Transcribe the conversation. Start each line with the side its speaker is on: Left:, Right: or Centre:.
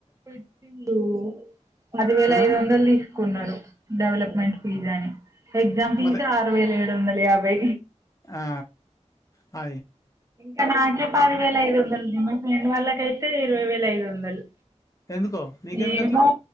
Right: పెట్టిల్లు పదివేల
Left: ఆ
Right: ఐదు వందలు తీసుకున్నారు డెవలప్మెంట్ ఫీజు అని ఎగ్జామ్ ఫీజు
Left: మళ్ళీ
Right: ఆరు వేలు ఏడువందల ఏబై
Left: ఆ ఆ
Right: ఇంకా నాకే పాది వేల ఐదు వందలు మా ఫ్రెండ్ వాళ్ళక కై తే ఇరవై వేల ఐదు వందలు
Left: ఎందుకో నీకెందుకు
Right: ఏమో
Left: అట్లా